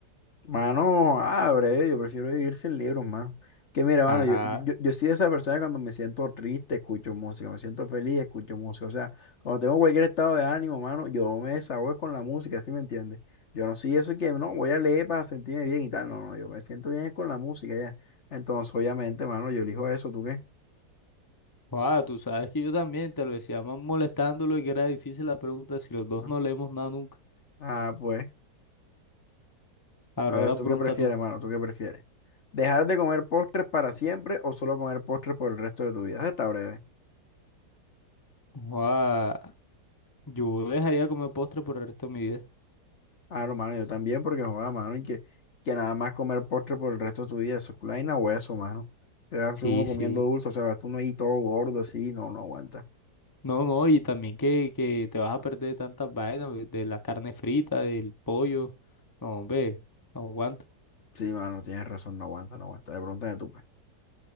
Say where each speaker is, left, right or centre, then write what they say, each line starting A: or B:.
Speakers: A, on the left; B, on the left.
A: Mano, abre, yo prefiero vivir sin libros, mano. Que mira, mano,
B: Ajá.
A: yo, yo, yo soy esa persona que cuando me siento triste, escucho música, me siento feliz, escucho música. O sea, cuando tengo cualquier estado de ánimo, mano, yo me desahogo con la música, ¿sí me entiendes? Yo no soy eso que no voy a leer para sentirme bien y tal. No, no, yo me siento bien es con la música ya. Entonces, obviamente, mano, yo elijo eso, ¿tú qué?
B: Ah, tú sabes que yo también te lo decía más molestándolo y que era difícil la pregunta si los dos
A: <laughs>
B: no leemos nada nunca.
A: Ah, pues,
B: Ahora,
A: a ver,
B: ahora
A: ¿tú
B: pregunta
A: qué prefieres,
B: tú.
A: mano? ¿Tú qué prefieres? ¿Dejar de comer postres para siempre o solo comer postres por el resto de tu vida? Eso está breve.
B: Ah, yo dejaría de comer postre por el resto de mi vida.
A: Claro, mano, yo también, porque joda, mano, y que, que nada más comer postre por el resto de tu vida, eso es vaina hueso, mano. Te vas
B: Sí,
A: uno comiendo
B: sí.
A: dulce, o sea, vas uno ahí todo gordo así, no, no aguanta.
B: No, no, y también que, que te vas a perder de tantas vainas, ve, de la carne frita, del pollo. No, ve, no aguanta.
A: Sí, mano, tienes razón, no aguanta, no aguanta. De pronto de tu